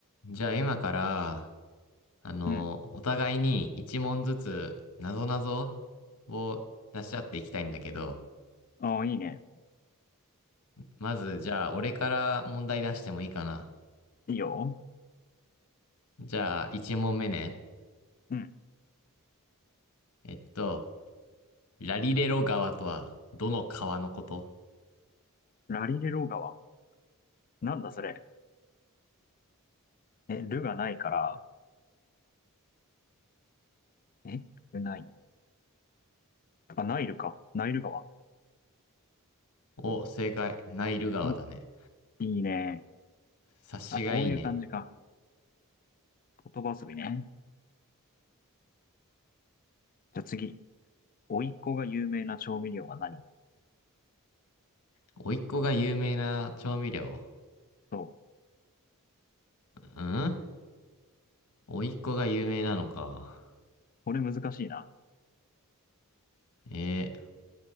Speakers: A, on the left (about 85°); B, on the left (about 40°).
A: じゃあ今から、あの、
B: うん。
A: お互いに一問ずつ、なぞなぞを出し合っていきたいんだけど、
B: ああ、いいね。
A: まずじゃあ俺から問題出してもいいかな。
B: いいよ。
A: じゃあ一問目ね。
B: うん。
A: えっと、ラリレロ川とは、どの川のこと
B: ラリレロ川。なんだそれ。え、ルがないから、え、ルない。あ、ナイルか。ナイル川。
A: お、正解。ナイル川だね。
B: お、いいね。
A: 察しがいいね。
B: あ、こういう感じか。言葉遊びね。じゃあ次。甥いっ子が有名な調味料は何
A: 甥っ子が有名な調味料
B: そう。
A: うん甥っ子が有名なのか。
B: これ難しいな。
A: えー、